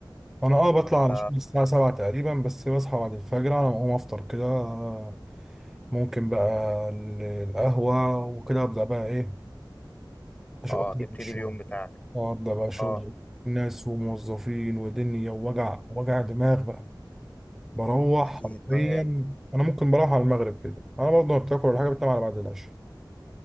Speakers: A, in the centre; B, on the left.
A: انا اه بطلع
B: طب انت
A: على شغل الساعه 7 تقريبا بس بصحى بعد الفجر انا بقوم افطر كده آه، ممكن بقى ال- القهوه وكده ابدا بقى ايه اشوف
B: اه
A: أطلع
B: تبتدي
A: من الشغل
B: اليوم بتاعك
A: اه ابدا بقى شغل
B: اه
A: ناس وموظفين ودنيا ووجع وجع دماغ بقى
B: مم.
A: بروح
B: اكيد
A: حرفيا
B: اه
A: انا ممكن بروح على المغرب كده انا برضه ما بتاكل ولا حاجه بتنام على بعد العشاء